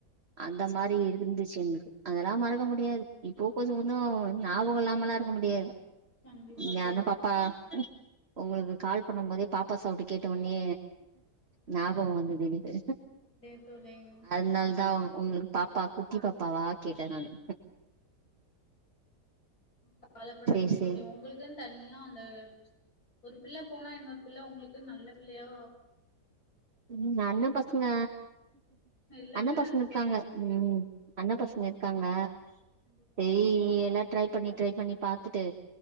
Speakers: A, on the right; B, on the left.
A: அந்த மாரி இருந்துச்சு எங்களுக்கு அதெல்லா மறக்க முடியாது இப்போ கொஞ்ச கொஞ்சோ ஞாபகம் இல்லாம எல்லாம் இருக்க முடியாது
B: கண்டிப்பா
A: யான்னு
B: தோழி
A: பாப்பா ஒங்களுக்கு கால் பண்ணும்போதே பாப்பா சவுண்டு கேட்ட உடனே ஞாபகம் வந்தது எனக்கு
B: சேத்துள்ளேன்
A: அதனால தா உங்களுக்கு பாப்பா குட்டி பாப்பாவா கேட்டே நானு
B: காவலப்படாதீங்க
A: சேரி சேரி
B: தோழி உங்களுக்குன் தனியா அந்த ஒரு பிள்ள போனா இன்னொரு பிள்ள உங்களுக்கு நல்ல பிள்ளயா
A: ம் அண்ண பசங்க
B: எல்லாமே
A: அண்ண
B: நல்லதுதான்
A: பசங்க இருக்காங்க ம் அண்ண பசங்க இருக்காங்க
B: கண்டிப்பா.
A: செரி எல்லா ட்ரைப் பண்ணி ட்ரைப் பண்ணி பாத்துட்டு